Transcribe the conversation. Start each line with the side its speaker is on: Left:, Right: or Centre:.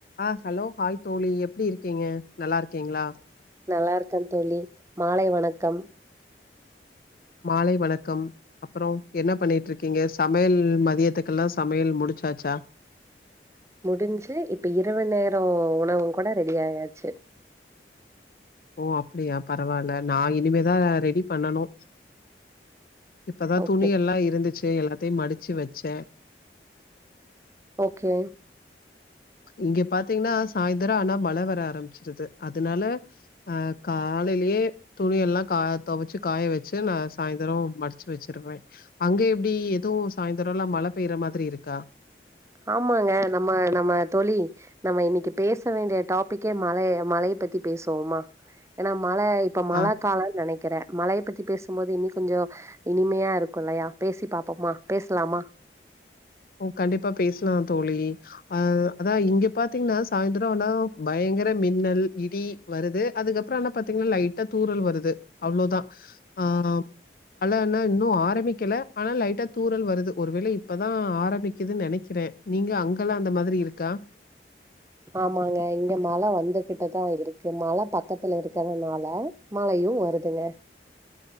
Left: ஆ hello hi தோழி எப்டி இருக்கீங்க நல்லா இருக்கீங்ளா
Right: நல்லா இருக்கன் தோழி மாலை வணக்கம்
Left: மாலை வணக்கம் அப்றோ என்ன பண்ணிட்டு இருக்கீங்க சமையல் மதியத்துக்கெல்லா சமையல் முடி ச்சாச்சா
Right: முடிஞ்சு இப்ப இரவு நேரோ உணவு கூட ரெடி ஆயாச்சு
Left: ஓ அப்டியா பரவால்ல நா இனிமேதா ரெடி பண்ணனு இப்பதா
Right: ஓகே
Left: துணி எல்லா இருந்துச்சு எல்லாத்தயு மடிச்சு வெச்சே
Right: ஓகே
Left: இங்க பாத்தீங்கன்னா சாய்ந்தரோ ஆனா மழை வர ஆரம்பிச்சிருது அதுனால ஆ காலைலயே துணியெல்லா கா துவச்சு காய வெச்சு நா சாயந்தரோ மடிச்சு வெச்சிருவே அங்க எப்டி எதோ சாயந்தரோ எல்லா மழை பெய்யற மாதிரி இருக்கா
Right: ஆமாங்க நம்ம நம்ம தோழி நம்ம இன்னைக்கு பேச வேண்டிய டாப்பிக்கே மழை மழைய ப்பத்தி பேசுவோமா ஏனா மழை இப்ப மழை
Left: ஆ
Right: காலன்னு நெனக்கிறே மழைய பத்தி பேசு க்கும் போது இன்னி கொஞ்சோ இனிமையா இருக்கு இல்லையா பேசி பாப்போமா பேசலாமா
Left: ஓ கண்டிப்பா பேசலாந் தோழி அ அதா இங்க பாத்தீங்கனா சாயந்தரோ ஆனா பய ங்கர மின்னல், இடி வருது அதுக்கப்றோ ஆனா பாத்தீங்கனா லைட்டா தூறல் வருது அவ்வளோதான் ஆ மழை எல்லா இன்னு ஆரம்பிக்கல ஆனா லைட்டா தூறல் வருது ஒருவேள இப்பதா ஆரம்பிக்குதுனு நெனக்கிறே நீங்க அங்கெல்லா அந்த மாதிரி இருக்கா
Right: ஆமாங்க இங்க மழை வந்துகிட்டுதா இருக்கு மல பக்கத்துல இருக்கிறதுனால மழை யு வருதுங்க